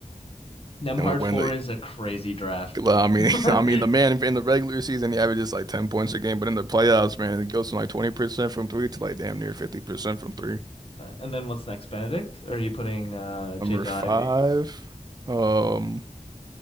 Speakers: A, on the left; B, on the right.
A: Nemhard
B: And when
A: 4
B: the
A: is a crazy draft.
B: Well, I mean,
A: <laughs> 100%.
B: <laughs> I mean, the man in the regular season he averages like ten points a game, but in the playoffs, man, he goes from like twenty percent from three to like damn near fifty percent from three.
A: And then what's next, Benedict? Or are you putting, uh,
B: Number
A: Jaden Ivey?
B: five, um,